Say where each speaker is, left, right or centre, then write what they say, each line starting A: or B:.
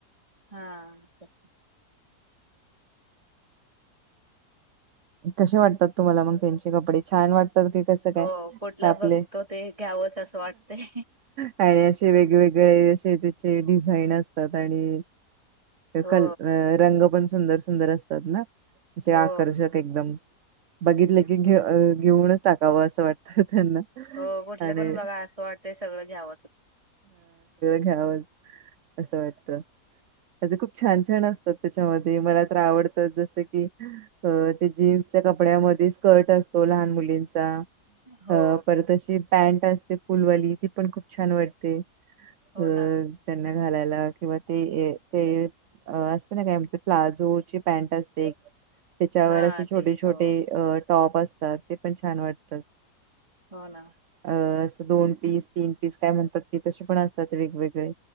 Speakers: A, on the right; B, on the right.
A: हा, तसं.
B: कशे वाटतात तुम्हाला मग त्यांचे कपडे छान वाटत. तर ती कस काय
A: हो
B: की,
A: कुठला
B: आपले.
A: बघतो ते घ्यावंच असं वाटतंय
B: काही अशे वेगवेगळे असे त्याचे डिझाईन असतात आणि.
A: हो
B: कल अ रंग पण सुंदर सुंदर असतात ना असे
A: हो
B: आकर्षक एकदम. बघितलं
A: तेच
B: की, घे घेवुनच टाकावं असं वाटतं त्यांना.
A: हो, कुठलं
B: आणि
A: पण बघा असं वाटतंय सगळं घ्यावचं.
B: घ्यावच असं वाटतं. त्याचे खूप छान छान असतात त्याच्यामध्ये मला तर आवडतं जस की अ, ते जीन्सच्या कपड्यामध्ये स्कर्ट असतो लहान मुलींचा
A: हो
B: अ परत अशी. पॅन्ट असते फुलवाली ती पण छान वाटते
A: हो
B: अ,
A: ना
B: त्यांना घालायला किंवा ते ए हे, अ, असते ना काय म्हणतात प्लाजोची पॅन्ट असते त्याच्यावर
A: हा
B: अशी.
A: ते हो
B: अ टॉप असतात. ते पण छान वाटत.
A: हो ना.
B: अं. असं दोन पीस, तीन पीस काय म्हणतात की तसे पण असतात वेगवेगळे.